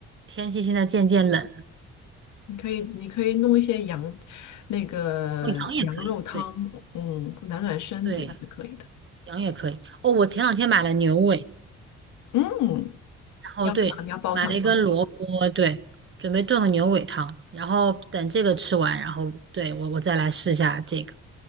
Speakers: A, on the right; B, on the left.
A: 天气现在渐渐冷，
B: 你可以你可以弄一些羊，那个羊肉汤，
A: 哦，羊也可以，对
B: 嗯，暖暖身子也是可以的。
A: 对，羊也可以。哦，我前两天买了牛尾，
B: 嗯，
A: 然后对，
B: 你要干嘛？你要煲汤吗？
A: 买了一根萝卜，对，准备炖个牛尾汤，然后等这个吃完，然后对我我再来试一下这个，